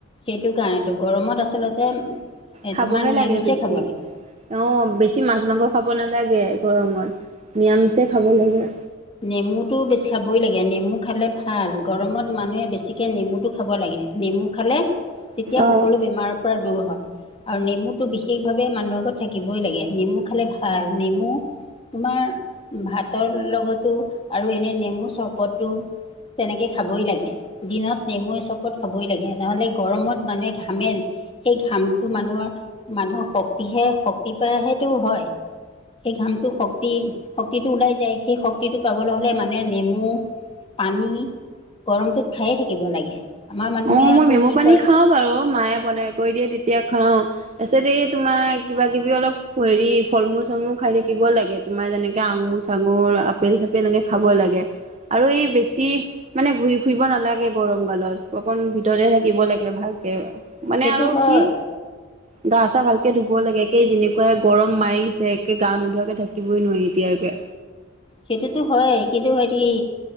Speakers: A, on the left; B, on the right.
A: সেইটো কাৰণেতো গৰমত আচলতে
B: খাবহে
A: তোমাৰ নিৰামিচেই
B: লাগে বেছি।
A: খাব লাগে
B: অ বেছি মাছ মাংস খাব নালাগে গৰমত নিৰামিচে খাব লাগে
A: নেমুটো বেছি খাবই লাগে নেমু খালে ভাল গৰমত মানুহে বেছিকে নেমুটো খাব লাগে নেমু খালে তেতিয়া
B: অ'।
A: সকলো বেমাৰৰ পৰা দূৰ হয় আৰু নেমুটো বিশেষভাৱে মানুহ ঘৰত থাকিবই লাগে নেমু খালে ভাল নেমু তোমাৰ ভাতৰ লগতো আৰু এনে নেমু চৰবতো তেনেকে খাবই লাগে দিনত নেমু এ চবত খাবই লাগে নহ'লে গৰমত মানুহে ঘামেল সেই ঘামটো মানুহৰ মানুহৰ শক্তিহে শক্তি পাই হেটো হয় সেই ঘামটো শক্তি শক্তিটো ওলাই যায় সেই শক্ ক্তিতিটো পাবলৈ হ'লে মানে নেমু পানী গৰমটোত খায়ে থাকিব লাগে আমাৰ মানুহে
B: অ মই
A: আকৌ
B: নেমু
A: কি
B: পানী
A: কৰে
B: খাও বাৰু মায়ে বনাই কৰি দিয়ে তেতিয়া খাওঁ তাছত এই তোমাৰ কিবা কিবি অলপ হেৰি ফল মূল চলমুল খাই থাকিব লাগে তোমাৰ যেনেকে আঙুৰ চাঙুৰ আপেল চাপেল এনেকে খাব লাগে আৰু এই বেছি মানে ঘুই ফুৰিব নালাগে গৰম কালত অকণ ভিতৰতে থাকিব লাগে ভালকে মানে
A: সেইটো
B: আৰু
A: হয়
B: কি গা-চা ভালকে ধুব লাগে, একেই যেনেকুৱাই গৰম মাৰিছে একে গা নোধোৱাকে থাকিবই নোৱাৰি এতিয়কে।
A: সেইটোতো হয় কিন্তু সেৰি